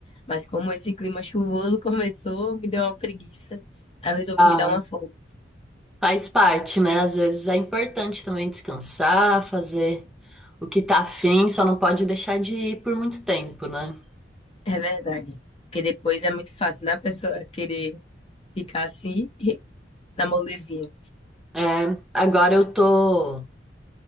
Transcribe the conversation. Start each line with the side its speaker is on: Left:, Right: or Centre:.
Left: Mas como esse clima chuvoso <laughs> começou, me deu uma preguiça. Aí eu resolvi
Centre: Ah,
Left: me dar uma folga.
Centre: faz parte, né? Às vezes é importante também descansar, fazer o que tá afim, só não pode deixar de ir por muito tempo, né?
Left: É verdade. Porque depois é muito fácil, né? A pessoa querer ficar assim, <laughs> na molezinha.
Centre: É, agora eu tô.